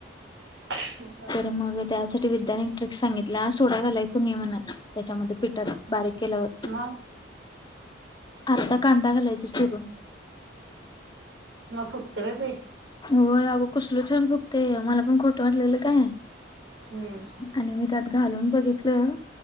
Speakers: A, on the right; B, on the left.
A: हम्.
B: तर मग त्यासाठी विद्याानिक ट्रिक सांगितल्या सोडा घायं नियमन त्याच्यामध्ये पिठात बारीक केल्यावर
A: मग
B: आता कांदा घालायचा चिरून
A: मग खूपत वेळ भेट
B: होय अगं कुसल छान फगते मला पण खोटं वाटलेलं काय?
A: हम्म
B: आणि मी त्यात घालून बघितलं.